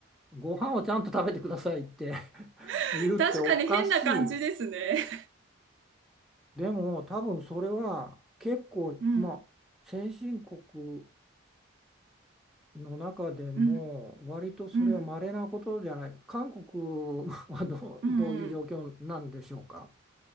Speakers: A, in the centre; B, on the right (about 65°).
A: ご飯をちゃんと食べてくださいって <laughs>
B: <laughs>
A: 言うっておかしい。
B: 確かに変な感じですね。
A: でも多分それは結構まあ先進国
B: うん。
A: の中でも割とそれは稀なことじゃない。
B: うん。うん。
A: 韓国はどう、
B: うんうん。
A: どういう状況なんでしょうか。